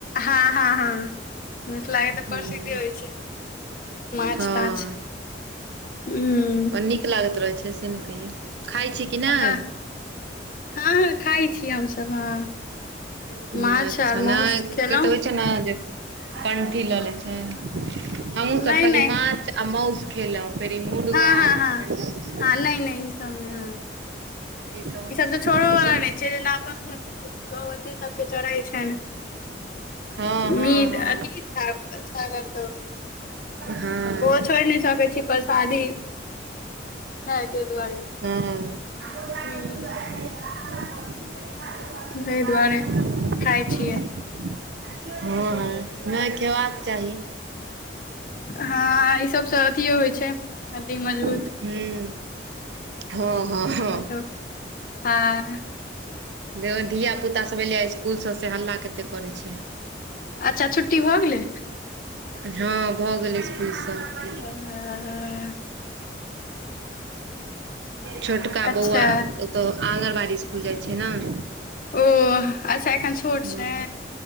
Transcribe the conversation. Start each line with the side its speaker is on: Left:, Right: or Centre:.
Left: हँ हँ हँ मिथिला के तऽ
Right: हूँ
Left: प्रसिद्धि होइ छै माछ
Right: हँ
Left: ताछ। हूँ
Right: नीक लागैत रहै छै से ने कहियौ। खाय छी कि नहि
Left: हँ हँ हँ खाइ छीय हमसभ हँ।
Right: <unintelligible>
Left: माछ आर माउस खेलहुँ
Right: <unintelligible> कंठी लऽ लै छै हमहुँ
Left: नहि
Right: सब कहलियै
Left: नहि
Right: माछ आ मौंस खेलौं, फेर ई मूरगा
Left: हँ हँ हँ
Right: ई अंडा सब
Left: हँ नहि नहि ई सब नहि हँ
Right: ई सब हमहुॅं
Left: तऽ
Right: सब
Left: छोड़ो
Right: नै खाइ
Left: वाला
Right: छी।
Left: नहि जेना अपन सभके भगवती सभके चढ़ै छनि।
Right: हँ हँ
Left: मीट
Right: हँ
Left: अथी छागर कतौ।
Right: हँ।
Left: छोड़ि नहि सकै छी परसादी खाय के दुआरे।
Right: हँ हँ
Left: हूँ। तहि दुआरे खाय छियै।
Right: हँ नहि खेबाक चाही।
Left: हँ ई सबसँ अथियो होइ छै हड्डी मजबूत।
Right: हूॅं हँ हँ हँ।
Left: ई सब हँ
Right: <unintelligible> धिया पुता सभ एलैयै इसकुल सभ से हल्ला कतेक करै छै।
Left: अच्छा, छुट्टी भऽ गेलै?
Right: हँ भऽ गेलै इसकुलसभ।
Left: हँ हॅं।
Right: छोटका
Left: अच्छा
Right: बौआ तऽ आंगनबाड़ी स्कुल जाइ छै न।
Left: ओ अच्छा एखन छोट
Right: हँ
Left: छै।